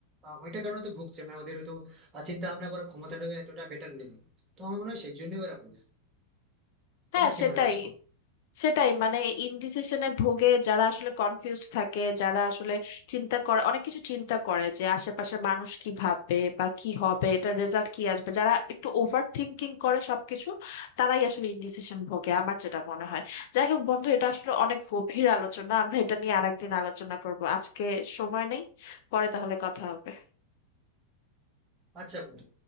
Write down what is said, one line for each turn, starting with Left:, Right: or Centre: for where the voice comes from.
Right: আহ, ওইটার কারণে তো ভুগছে মানে ওদের হয়তো আহ, চিন্তা ভাবনা করার ক্ষমতাটা এতটা বেটার নেই তো আমার মনে হয় সেই জন্যই ওরা ভুল
Left: হ্যাঁ
Right: তোমার কি
Left: সেটাই
Right: মনে হচ্ছে বলো?
Left: সেটাই মানে ইনডিসিশনে ভোগে যারা আসলে কনফিউজড থাকে যারা আসলে চিন্তা করে অনেক কিছু চিন্তা করে যে আশেপাশে মানুষ কি ভাববে বা কি হবে এটার রেজাল্ট কি আসবে যারা একটু ওভার থিংকিং করে সবকিছু তারাই আসলে ইনডিসিশন ভোগে আমার যেটা মনে হয় যাই হোক বন্ধু এটা আসলে অনেক গভীর আলোচনা আমরা এটা নিয়ে আরেকদিন আলোচনা করব আজকে সময় নেই পরে তাহলে কথা হবে
Right: আচ্ছা বন্ধু